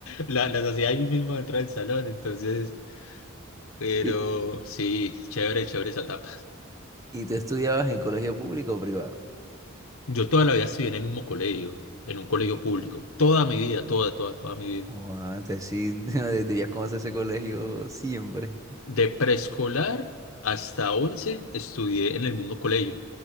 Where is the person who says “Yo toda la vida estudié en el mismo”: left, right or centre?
Left